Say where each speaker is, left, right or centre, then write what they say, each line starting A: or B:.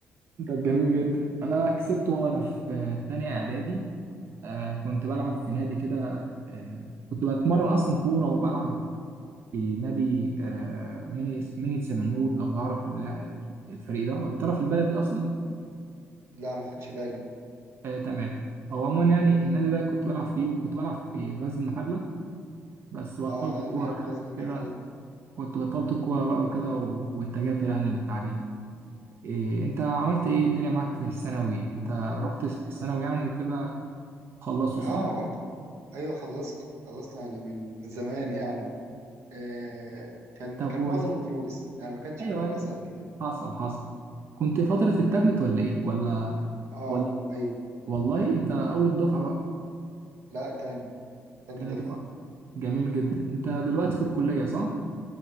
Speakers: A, on the right; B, on the right.
A: طب جميل جدا انا كسبته وانا في تانية اعدادي آه كنت بلعب في نادي كده آه كنت بتمرن اصلا كوره وبلعب في نادي آه ميني ميني سمنود لو تعرف ال- الفريق ده ولا تعرف البلد دي اصلا
B: لا ما خدش بالي
A: آه تمام او عموما يعني النادي ده كنت بلعب فيه وكنت بلعب في غزل المحله بس بطلت
B: اه غير
A: الكوره
B: عارف
A: يعني
B: غزل المحل
A: كده كنت بطلت الكوره بقى وكده و- واتجهت يعني للتعليم إيه انت عملت ايه الدنيا معاك في الثانوي انت رحت الثانوي يعني وكده خلصته صح
B: اه ايوه خلصت خلصت يعني من زمان يعني آه، كان
A: طب
B: كان
A: و...
B: معظمه دروس يعني ما كانش
A: ايوه
B: في دراسة
A: ايوه
B: قد كده
A: حصل حصل كنت فترة التابلت ولا ايه ولا
B: اه
A: ولا
B: ايوه
A: والله انت اول دفعة بقى
B: لا تاني تاني
A: تاني
B: دفعة
A: دفعة جميل جدا انت دلوقتي في الكلية صح